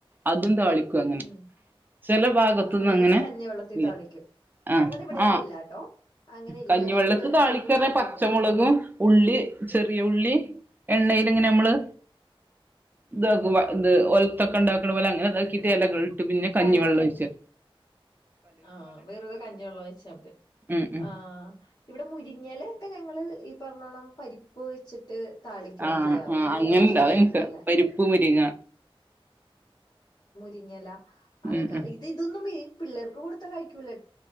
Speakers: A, on the right (about 20°); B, on the left (about 45°).
A: അതും താളിക്കും അങ്ങനെ
B: ഉം
A: ചില ഭാഗത്തുനിന്ന്
B: അങ്ങനെ ഈ കഞ്ഞി വെള്ളത്തി
A: ഇല്ല
B: താളിക്കും
A: ആഹ്
B: ഞങ്ങടെ ഇവിടെൊന്നും
A: ആഹ്
B: ഇല്ലാട്ടോ അങ്ങനെ ഇല്ല
A: കഞ്ഞിവെള്ളത്ത്
B: ഞാനിതുവരെ
A: താളിക്കറഞ്ഞ
B: ചെയ്ത് നോക്കിയിട്ടില്ല
A: പച്ചമുളക് ഉള്ളി ചെറിയ ഉള്ളി എണ്ണേല് എങ്ങനെ നമ്മള്
B: ഉം
A: ഇത ഇത് ഒലത്തൊക്കെ ഉണ്ടാക്ക പോലെ അങ്ങനെ ഇതാക്കിട്ട് ഇലട്ട് പിന്നെ കഞ്ഞി
B: വഴറ്റും
A: വെള്ളം ഒഴിക്ക
B: ആഹ് വെറുതെ കഞ്ഞിവെള്ള ഒഴിച്ച
A: ഉം ഉം
B: ആ ഇവിടെ മുരിങ്ങല ഒക്കെ ഞങ്ങള് പറഞ്ഞോണം പരിപ്പ് വെച്ചിട്ട് താളിക്കാണ്
A: ആഹ്
B: ചെയ്യാറ്
A: ആഹ്
B: നല്ല
A: അങ്ങനെണ്ടാവും
B: ഉഷ് കറി
A: എനിക്ക്
B: പോലെ
A: പരിപ്പ് മുരിങ്ങ
B: തിങ്ങല അതൊക്കെ
A: ഉം ഉം
B: ഇത് ഇതൊന്ന് വേ പിള്ളർ കൊടുത്ത കഴിക്കൂലെ